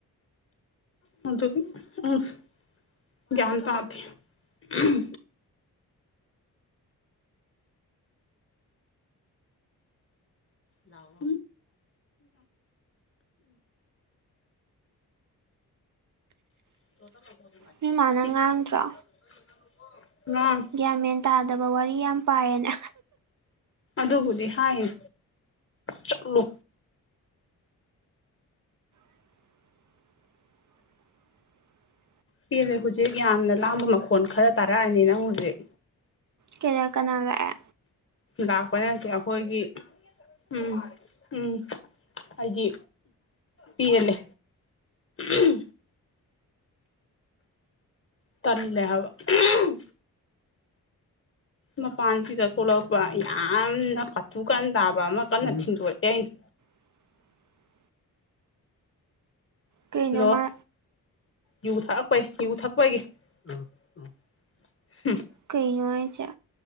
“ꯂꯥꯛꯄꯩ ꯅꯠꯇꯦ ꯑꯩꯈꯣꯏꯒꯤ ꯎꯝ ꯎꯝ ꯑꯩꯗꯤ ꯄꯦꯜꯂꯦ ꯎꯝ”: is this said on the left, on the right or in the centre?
Left